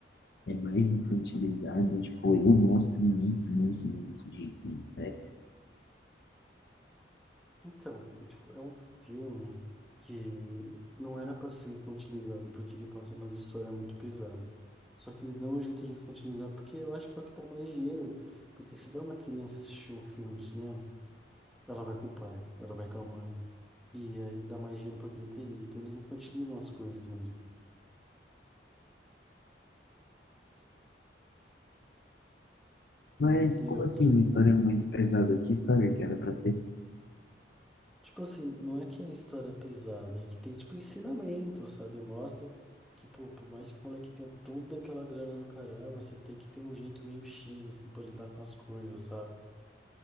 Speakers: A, on the left (about 60°); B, in the centre.
A: é mais infantilizado. Tipo, eu gosto muito, muito, muito de Entende Sério.
B: Então, foi, tipo, é um filme que não era pra ser infantilizado, porque ele passa umas histórias muito pesadas. Só que eles dão um jeito de infantilizar, porque eu acho que é o que dá mais dinheiro. Porque se vai uma criança assistir um filme no cinema, ela vai com o pai, ela vai com a mãe. E aí dá mais dinheiro pra bilheteria. Então eles infantilizam as coisas mesmo.
A: Mas como
B: E outra.
A: assim uma história muito pesada? Que história que era pra ter?
B: Tipo assim, não é que é história é pesada, é que tem, tipo, ensinamento, sabe? Mostra que, pô, por mais que o moleque tenha toda aquela grana do caramba, você tem que ter um jeito meio X, assim, pra lidar com as coisas, sabe?